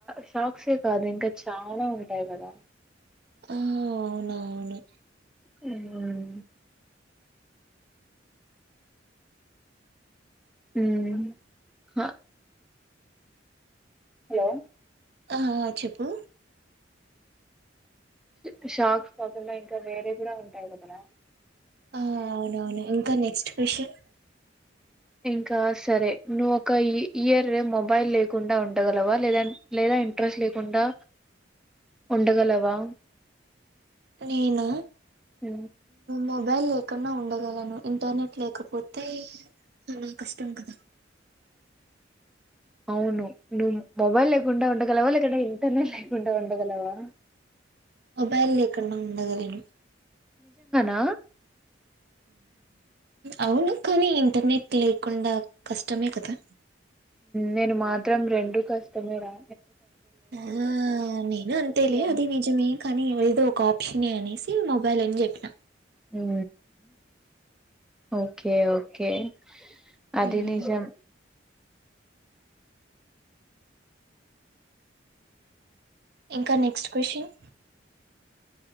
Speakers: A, in the centre; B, on the right (about 55°).
A: షార్క్సే కాదు. ఇంకా చాాలా ఉంటాయి కదా.
B: ఆ అవునవును.
A: హమ్ మ్ ఆ హలో!
B: ఆ హా హా చెప్పు
A: ఉ షార్క్స్ పగలైతే ఇంకా వేరే కూడా ఉంటాయి కదా.
B: ఆ అవునవును ఇంకా నెక్స్ట్ క్వశ్చన్.
A: ఇంకా సరే. నువ్వు ఒక ఇ ఇయర్ మొబైల్ లేకుండా ఉండగలవా లేదా లేదా ఇంట్రెస్ట్ లేకుండా ఉండగలవా?
B: నేను.
A: మ్
B: మొబైల్ లేకుండా ఉండగలను ఇంటర్నెట్ లేకపోతే, చాలా కష్టం కదా
A: అవును నువ్వు మొబైల్ లేకుండా ఉండగలవా? లేకుంటే ఇంటర్నెట్ లేకుండా ఉండగలవా?
B: మొబైల్ లేకుండా ఉండగలను.
A: ఆ
B: అవును కానీ ఇంటర్నెట్ లేకుండా కష్టమే కదా.
A: నేను మాత్రం రెండూ కష్టమే రా
B: ఆ నేను అంతేలే
A: పెట్టేయాలి.
B: అది నిజమే కానీ ఏదో ఒక ఆప్షనే అనేసి. ఇ మొబైల్ అని చెప్పినా.
A: ఉ ఓకే ఓకే అది
B: మ్మ్
A: నిజం
B: ఇంకా next question